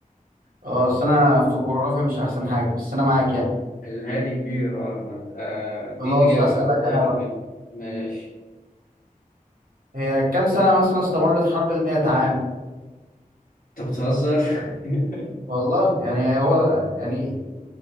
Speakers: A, on the right (about 85°); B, on the left (about 85°).
A: اه اصل انا في الجغرافيا مش احسن حاجة بس انا معاك يعني
B: الهادي كبير أه أنا- آه، دي
A: خلاص
B: الإجابة
A: هسألك
B: متأكد
A: انا بقى
B: منها ماشي
A: هي كام سنة مثلا استمرت حرب المئة عام
B: أنت بتهزر <laughs>
A: والله يعني هو يعني